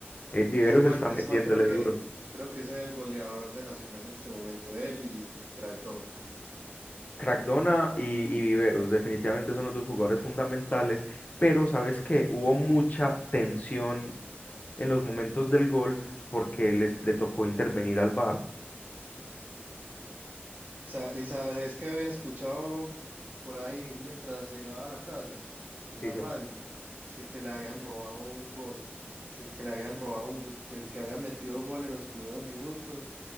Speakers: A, on the left; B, on the right.
A: Eh, Viveros
B: Ese mal,
A: está
B: ese
A: metiéndole
B: mal creo que,
A: duro.
B: creo que es el goleador de Nacional en este momento, él y, y Crack Dona.
A: Crackdona y, y Viveros definitivamente son los dos jugadores fundamentales, pero sabes que hubo mucha tensión en los momentos del gol porque les, le tocó intervenir al VAR.
B: Sa- Y sabes que había escuchado por ahí mientras llegaba a la casa, en la
A: Sí,
B: radio, es que, que le habían robado un gol, que, se- que le habían robado un- el, el que habían metido gol en los primeros minutos